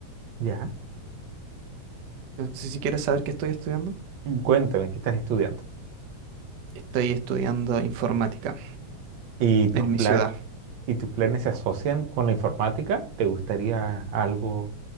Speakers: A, on the right; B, on the right.
A: Ya.
B: No sé si quieres saber qué estoy estudiando.
A: Cuéntame, ¿qué estás estudiando?
B: Estoy estudiando informática
A: ¿Y tus
B: en mi
A: planes?
B: ciudad.
A: ¿Y tus planes se asocian con la informática? ¿Te gustaría algo